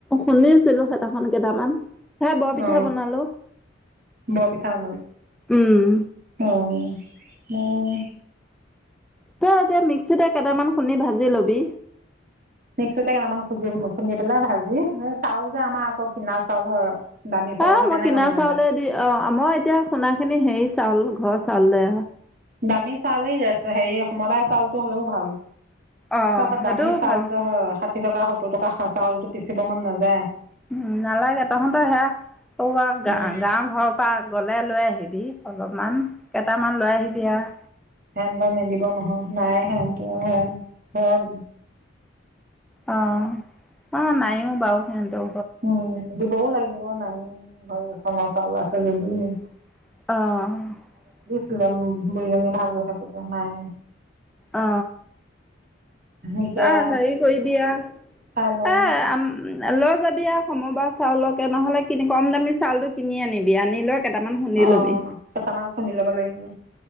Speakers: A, in the centre; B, on the right.
A: শুনিছিলো হেতাখন কেইটামান। সেয়া বৰ পিঠা
B: অ
A: বনালো
B: বৰ পিঠা বনালো
A: উম
B: অহ। মম,
A: তই এতিয়া মিক্সিততেটা কেইটামান খুন্দি ভাজি লবি।
B: মিক্সতে কেইটামান খুি খুন্দি পেলাই ভাজি চাউল যে আমাৰ আকৌ কিনা চাউল হয়। দামী চাউল
A: অ
B: সেইকাৰণে
A: মই কিনাৰ
B: মন নাযায়
A: চাউলে দি অ আমই এতিয়া খোণা খিনি হেৰি চাউল। ঘৰৰ চাল দে।
B: দামী চাউলে হেৰি সমবায় চাউলটো হ'লেও ভাল।
A: অ
B: তাক
A: সেইটোও
B: দামি চউল
A: ভাল।
B: যে হয়। ষাঠি টকা সত্তৰ টকা চাউল টো পিচিব মন নাযায়।
A: উম নালাগে তহঁতৰ সেয়া ত গা
B: উম,
A: গাৱৰ ঘৰৰ পৰা। ওলাই ললৈ আহিবি। অলপমান কেইটামান লৈ আহিবি আৰু।
B: সেন নিদিব নহয় নাই সেনতো ঘৰত
A: অ অ নাইও বাৰু সিহতো
B: উম দিবও লাগে নাই ঘৰ চাউল আছে যদি ন
A: আহ
B: বুঢীজনী ভাল ন থাকোতে মায়ে
A: অ
B: এতিয়া
A: আহ হেৰি কৰিবি এ
B: চাই লওঁ
A: আম লৈ যদি সমবাৰ চাউলকে নহ'লে কম দামী চাউলটো কিনি আনিবি আনি লৈ কেইটামান খুন্দি
B: অ
A: ল'বি
B: কেইটামান খুন্দি ল'ব লাগিব